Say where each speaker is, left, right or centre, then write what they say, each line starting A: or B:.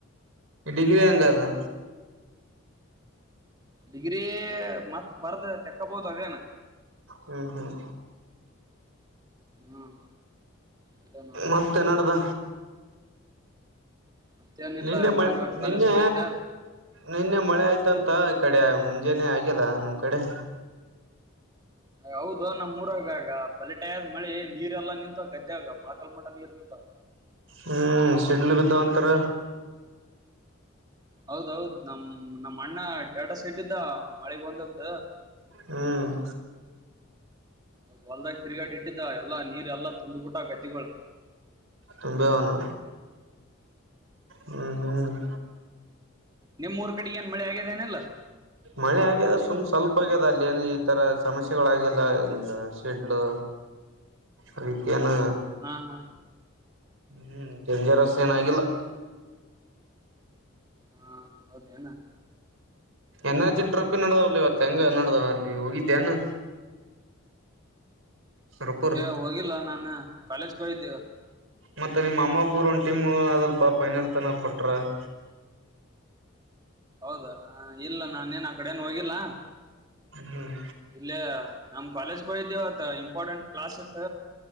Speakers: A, on the right; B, on the right.
A: ಡಿಗ್ರಿ ಹೆಂಗದು.
B: ಡಿಗ್ರಿ ಮತ್ ಬರ್ದ ತಕ್ಕಬೋದು ಅದೇನ
A: ಹ್ಮ್ ಹ್ಮ್
B: ಹ್ಮ್ ಇಲ್ಲ ನೋಡಿ.
A: ಮತ್ತೆ ನಡ್ದ
B: ಮತ್ತೇನಿಲ್ಲ
A: ನಿನ್ನೆ ಮಳೆ
B: ನಾನ್ ಇವತ್
A: ನಿನ್ನೆ
B: ಕಾಲೇಜ್ಗೆ ಹೋಗಿದ್ದೆ
A: ನಿನ್ನೆ ಮಳೆ ಆಯ್ತಂತ ಈ ಕಡೆ. ಮುಂಜಾನೆ ಆಗ್ಯದ ನಿಮ್ ಕಡೆ?
B: ಹೌದು ನಮ್ಮೂರಾಗ್ ಆಗ ಬಲೆಟಾಯ್ ಮಳಿ ನೀರ್ ಎಲ್ಲಾ ನಿಂತವ ಗದ್ಯಾಗ ಮೊಳಕಲ್ ಮಟ ನೀರ್ ನಿಂತವ.
A: ಹ್ಮ್ ಸಿಡ್ಲು ಬಿದ್ದಾವ ಅಂತಾರ.
B: ಹೌದೌದ್ ನಮ್ ನಮ್ಮಣ್ಣ ಸ್ಟೇಟಸಿಟ್ಟಿದ್ದ ಮಳೆ ಬಂದದ್ದ.
A: ಹ್ಮ್
B: ಹೊಲ್ದಾಗ ತಿರುಗಾಡಿ ಇಟ್ಟಿದ್ದ ಎಲ್ಲಾ ನೀರ್ ಎಲ್ಲಾ ತುಂಬಿಬಿಟ್ಟ ಗದ್ದಿಗಳು.
A: ತುಂಬ್ಯಾವನು. ಹ್ಮ್ ಹ್ಮ್
B: ನಿಮ್ಮೂರ್ ಕಡೆ ಏನ್ ಮಳೆ ಆಗ್ಯದೇನಿಲ್ಲೋ?
A: ಮಳೆ ಆಗ್ಯದ ಸುಮ್ ಸ್ವಲ್ಪ ಆಗ್ಯದ ಅಲ್ಲಿ ಏನ ಈ ತರ ಸಮಸ್ಯೆಗಳಾಗಿಲ್ಲ ಹಂಗ ಶಿಡ್ಲು. ಅದಕ್ಕೆನ
B: ಹಾ ಹಾ
A: ಹ್ಮ್ ಡೇಂಜರಸ್ ಏನಾಗಿಲ್ಲ.
B: ಹಾ ಹೌದ ಏನಾ
A: ಎನ್ಚಿ ಟ್ರಪ್ಪಿ ನಡ್ದವಲ್ಲ ಇವತ್ತು ಹೆಂಗ
B: ಹ್ಮ್
A: ನಡ್ದ
B: ಹ್ಮ್
A: ಅಲ್ಲಿ ಹೋಗಿದ್ದೆನ. ಸುರಪುರ್
B: ಏ ಹೋಗಿಲ್ಲ ನಾನ ಕಾಲೇಜ್ ಹೊಗಿದ್ದೆ ಇವತ್ತು.
A: ಮತ್ತೆ ನಿಮ್ಮ ಅಮ್ಮ ಪೂರು ಒಂದ್ ಟೀಮ್ ಅದಲ್ಪ ಫೈನಲ್ ತನ ಕೊಟ್ರ. <inaudible>
B: ಹೌದಾ ಇಲ್ಲ ನಾನೇನ್ ಆ ಕಡೆನು ಹೋಗಿಲ್ಲ
A: ಹ್ಮ್
B: ಇಲ್ಲೆ. ನಮ್ ಕಾಲೇಜ್ಗ ಇದಿದ್ದೇವತ್ ಇಂಪಾರ್ಟೆಂಟ್ ಕ್ಲಾಸ್ ಇತ್ತ.